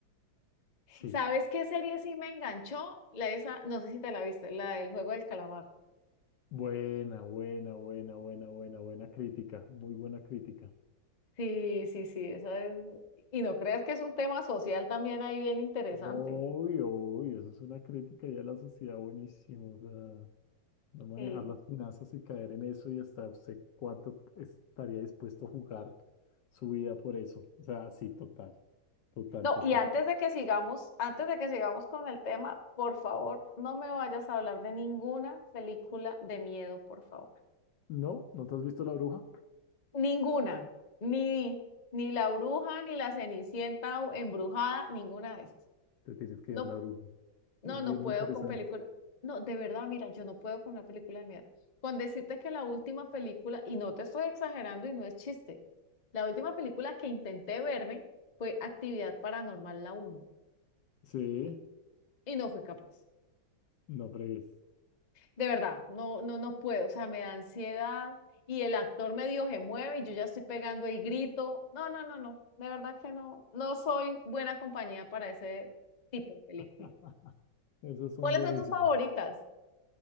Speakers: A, on the left; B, on the left.
A: Sí,
B: ¿Sabes qué serie sí me enganchó? La esa, no sé si te la viste, la del juego del calamar.
A: buena, buena, buena, buena, buena, buena crítica, muy buena crítica.
B: Sí, sí, sí, esa es. Y no creas que es un tema social también ahí bien interesante.
A: Obvio, obvio, eso es una crítica ya a la sociedad buenísimo, o sea. No manejar
B: Sí.
A: las finanzas y caer en eso y hasta usted cuánto estaría dispuesto a jugar su vida por eso. O sea, sí, total, total,
B: No,
A: total.
B: y antes de que sigamos, antes de que sigamos con el tema, por favor, no me vayas a hablar de ninguna película de miedo, por favor.
A: No, ¿no te has visto La Bruja?
B: Ninguna. Ni, ni La Bruja, ni La Cenicienta o embrujada, ninguna de estas.
A: Te tienes que
B: No,
A: ver La Bruja.
B: no,
A: Es
B: no
A: bien
B: puedo
A: interesante.
B: con películas. No, de verdad, mira, yo no puedo con una película de miedo. Con decirte que la última película, y no te estoy exagerando y no es chiste, la última película que intenté verme fue Actividad Paranormal la uno
A: Sí,
B: y no fui capaz.
A: no fregues.
B: De verdad, no, no, no puedo, o sea, me da ansiedad y el actor medio se mueve y yo ya estoy pegando el grito. No, no, no, no, de verdad que no, no soy buena compañía para ese tipo de películas.
A: Ah, esos son
B: ¿Cuáles
A: buenísimos.
B: son tus favoritas?